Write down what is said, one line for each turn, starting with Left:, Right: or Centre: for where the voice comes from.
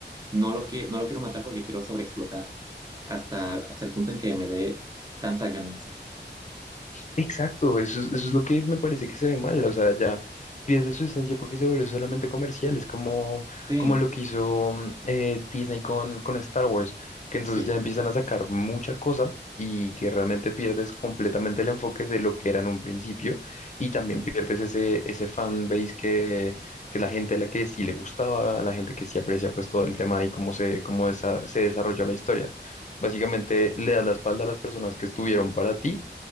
Right: no lo, qui- no lo quiero matar porque quiero sobreexplotarlo hasta, hasta el punto en que me dé tanta ganancia.
Left: Exacto, eso, es- eso es lo que me parece que se ve mal, o sea, ya pierde su esencia porque se vuelve solamente comercial, es como,
Right: Sí,
Left: como lo que hizo mm, eh, Disney con, con Star Wars, que entonces
Right: sí,
Left: ya empiezan a sacar mucha cosa y que realmente pierdes completamente el enfoque de lo que era en un principio y también pierdes ese, ese fan base que, que la gente a la que sí le gustaba, la gente que sí aprecia pues todo el tema y cómo se, cómo desa- se desarrolló la historia. Básicamente le das la espalda a las personas que estuvieron para ti